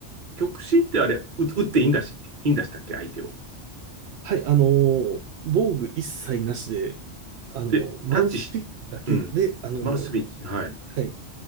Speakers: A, on the right (about 45°); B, on the right (about 75°).
A: 極真ってあれ、う打っていいんだし、いいんだしたっけ、相手を。
B: はい、あのー防具一切なしで、あの、
A: で、
B: マウスピックだけで、
A: タッチし、うん。
B: あのーはい、
A: マウスビッチ、はい。